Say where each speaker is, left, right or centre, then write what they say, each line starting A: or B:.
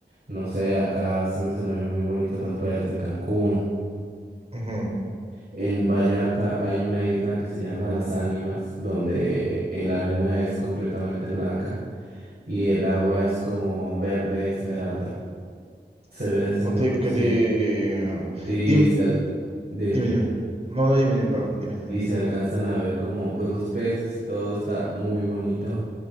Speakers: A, on the right; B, on the right.
A: no sé, acá se me hacen a mí muy bonitas las playas de Cancún.
B: Ujú,
A: En Vallarta hay una isla que se llama Las Ánimas, donde la arena es completamente blanca y el agua es como verde esmeralda. Se ve de ese
B: No
A: color,
B: te creo.
A: sí. Sí,
B: Dime,
A: se al- dime.
B: dime, dime. No, no, dime, dime, perdón, dime, dime.
A: Y se alcanzan a ver como pues los peces y todo está muy bonito.